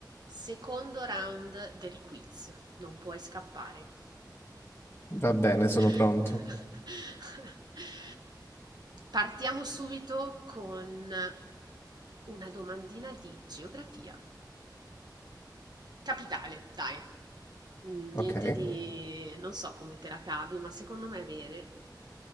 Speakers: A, on the right; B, on the left.
A: Secondo round del quiz, non puoi scappare.
B: Va bene,
A: <laughs>
B: sono pronto.
A: Partiamo subito con una domandina di geografia. Capitale, dai. Mm, Niente
B: Ok.
A: di... non so come te la cavi, ma secondo me è bene.